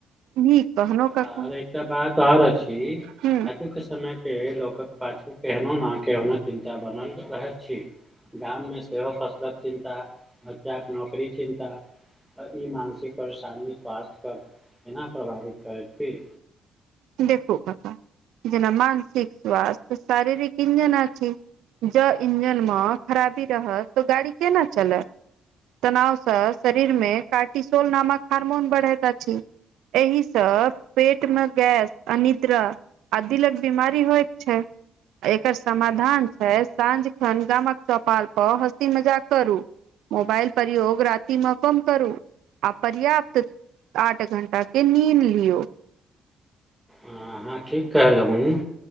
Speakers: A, on the right; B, in the centre.
A: नीक कहनो कका
B: आर एकटा बात आओर अछि,
A: हूँ
B: आजुके समय के लोकक पाछू केहनो ने केहनो चिन्ता बनल रहै अछि। गाम मे सेहो चिन्ता, बच्चा के नौकरी चिन्ता आ ई मानसिक परेशानी स्वास्थ्यके एना प्रभावित करैत छै।
A: देखू कका, जेना मानसिक स्वास्थ्य शारीरिक इंजन अछि। जँ इंजनमे खराबी रहत तऽ गाड़ी केना चलत? तनावसँ शरीर मे कार्टिसोल नामक हार्मोन बढ़ैत अछि। एहि स पेट मे गैस, अनिद्रा आ दिलक बीमारी होइत छै। एकर समाधान छै साँझ खन गामक चौपाल पर हँसी मजाक करू। मोबाइल प्रयोग राति मे कम करू। आ पर्याप्त आठ घण्टा के नींद लियौ।
B: हँ अहां ठीक कहलहुँ।